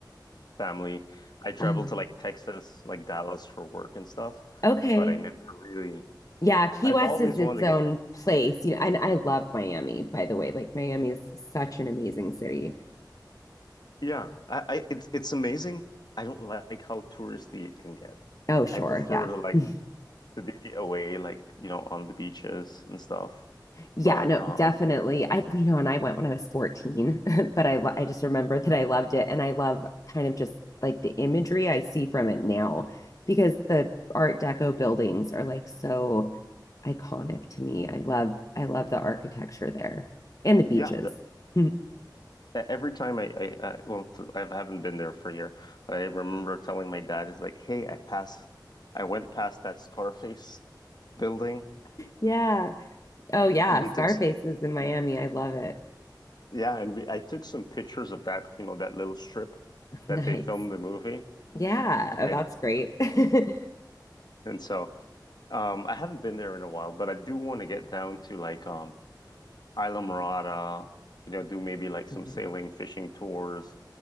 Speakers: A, on the left; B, on the left.
A: family. I traveled
B: Oh.
A: to like Texas, like Dallas for work and stuff,
B: Okay.
A: but I never really,
B: Yeah, Key
A: I've
B: West
A: always
B: is its
A: wanted
B: own
A: to get
B: place. You know, and I love Miami, by the way. Like Miami is such an amazing city.
A: Yeah, I, I it's it's amazing. I don't like how touristy it can get.
B: Oh, sure.
A: I prefer
B: Yeah.
A: to like
B: <laughs>
A: to be away, like you know, on the beaches and stuff.
B: Yeah,
A: But
B: no,
A: um,
B: definitely. I, you know, and I went when I was 14, <laughs> but I, lo- I just remember that I loved it. And I love kind of just like the imagery I see from it now because the Art Deco buildings are like so iconic to me. I love, I love the architecture there and the beaches.
A: yeah, the,
B: <laughs>
A: e- every time I, I I well, I haven't been there for a year. I remember telling my dad, is like, hey, I passed, I went past that Scarface building.
B: Yeah. Oh, yeah.
A: We
B: Scarface
A: took, s-
B: is in Miami. I love it.
A: yeah, and we I took some pictures of that, you know, that little strip
B: <laughs> Nice.
A: that they filmed the movie,
B: Yeah.
A: and
B: Oh,
A: I
B: that's great. <laughs>
A: and so. Um, I haven't been there in a while, but I do want to get down to like um Isla Morada, you know, do maybe like some
B: Mhm.
A: sailing, fishing tours.